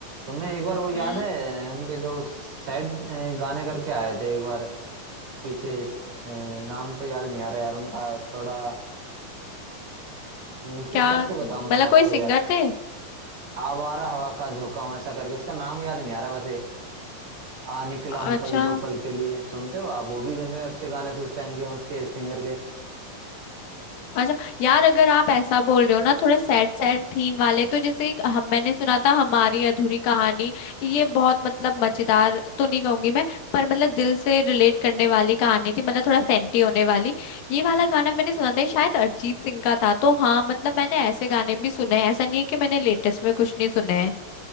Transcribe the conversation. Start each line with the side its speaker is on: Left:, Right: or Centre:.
Right: तो मैं एक बार वो याद
Left: हम्म
Right: है हम के जो सैड गाने करके आए थे एक बार पीछे अ, नाम तो याद नहीं आ रहा यार उनका थोड़ा अम, किस
Left: क्या
Right: टाइप के बताऊं
Left: मतलब
Right: मैं आपको
Left: कोई सिंगर
Right: यार
Left: थे
Right: आवारा हवा का झोंका हूं ऐसा करके उसका नाम याद नहीं आ रहा वैसे आ निकला हूं
Left: अच्छा
Right: पल दो पल के लिए सुनते हो आप वो भी गंदे अच्छे गाने थे उस टाइम के उसके सिंगर के
Left: अच्छा यार अगर आप ऐसा बोल रहे हो ना थोड़े सैड सैड थीम वाले तो जैसे एक हम मैंने सुना था हमारी अधूरी कहानी ये बहुत मतलब मजेदार तो नहीं कहूंगी मैं पर मतलब दिल से रिलेट करने वाली कहानी थी मतलब थोड़ा सेंटी होने वाली ये वाला गाना मैंने सुना था ये शायद अरिजीत सिंह का था तो हाँ मतलब मैंने ऐसे गाने भी सुने हैं ऐसा नहीं है कि मैंने लेटेस्ट में कुछ नहीं सुने हैं